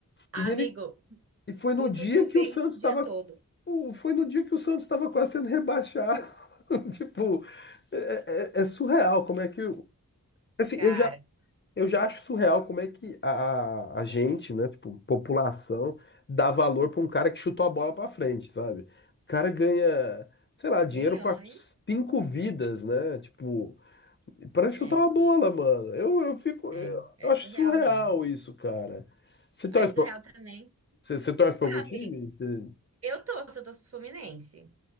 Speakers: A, on the right; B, on the left.
A: Amigo,
B: E ele. E foi no
A: o
B: dia
A: Tutu
B: que
A: vê
B: o Santos
A: isso o
B: estava.
A: dia todo.
B: Foi no dia que o Santos estava quase sendo rebaixado. <laughs> Tipo, é, é- é surreal como é que. Assim,
A: Cara,
B: eu já. Eu já acho surreal como é que a, a gente, né, tipo, população, dá valor pra um cara que chutou a bola pra frente, sabe? O cara ganha, sei lá, dinheiro
A: milhões.
B: pra cinco vidas, né? Tipo, pra chutar
A: É,
B: uma bola, mano. Eu, eu fico,
A: é,
B: eu,
A: é
B: eu acho
A: surreal
B: surreal
A: mesmo.
B: isso, cara. Você torce
A: Mas surreal
B: pra,
A: também.
B: você, você torce pra
A: Ah,
B: algum time?
A: amigo,
B: Você-
A: eu torço, eu torço pro Fluminense.